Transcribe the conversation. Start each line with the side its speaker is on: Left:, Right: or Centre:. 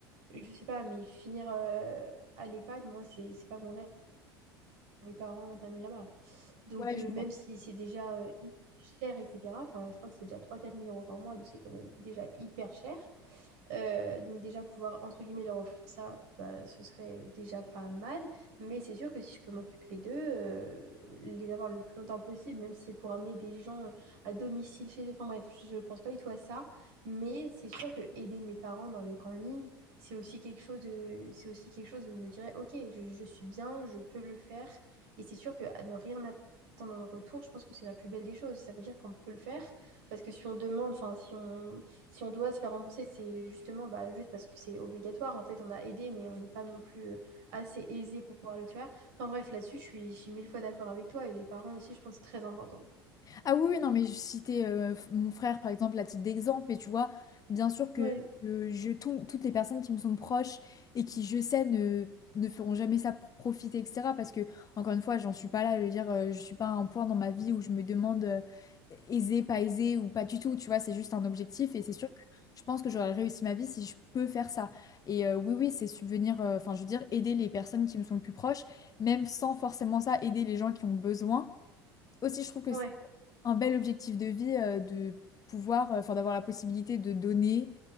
Right: je sais pas, mais finir euh, à l'EHPAD, moi, c'est c'est pas mon rêve. Mes parents terminent là-bas. Donc,
Left: ouais,
Right: euh,
Left: je vois.
Right: même si c'est déjà euh, cher, etc., enfin, je crois que c'est déjà trois quatre mille euros par mois, donc c'est quand même déjà hyper cher. Euh, donc déjà pouvoir entre guillemets leur offrir ça, bah, ce serait déjà pas mal. Mais c'est sûr que si je peux m'occuper d'eux, euh, les avoir le plus longtemps possible, même si c'est pour amener des gens euh, à domicile chez eux. Enfin bref, je je pense pas du tout à ça. Mais c'est sûr que aider mes parents dans les grandes lignes, c'est aussi quelque chose de, c'est aussi quelque chose où je me dirais, ok, je, je suis bien, je peux le faire. Et c'est sûr que à ne rien attendre un retour, je pense que c'est la plus belle des choses. Ça veut dire qu'on peut le faire parce que si on demande, enfin, si on, si on doit se faire rembourser, c'est justement bah, juste parce que c'est obligatoire. En fait, on a aidé, mais on n'est pas non plus euh, assez aisé pour pouvoir le faire. Enfin, bref, là-dessus, je suis, je suis mille fois d'accord avec toi et les parents aussi, je pense, c'est très important.
Left: Ah oui, oui, non, mais je citais euh, f- mon frère, par exemple, à titre d'exemple, mais tu vois, bien sûr que
Right: Ouais.
Left: euh, je, tout- toutes les personnes qui me sont proches et qui, je sais, ne, ne feront jamais ça pour profiter, etc. Parce que, encore une fois, j'en suis pas là, je veux dire, euh, je suis pas à un point dans ma vie où je me demande euh, aisé, pas aisé ou pas du tout, tu vois, c'est juste un objectif et c'est sûr que je pense que j'aurais réussi ma vie si je peux faire ça. Et euh, oui, oui, c'est subvenir, euh, enfin, je veux dire, aider les personnes qui me sont le plus proches, même sans forcément ça, aider les gens qui ont besoin. Aussi, je trouve que
Right: Ouais,
Left: c'est un bel objectif de vie euh, de pouvoir, euh, enfin d'avoir la possibilité de donner,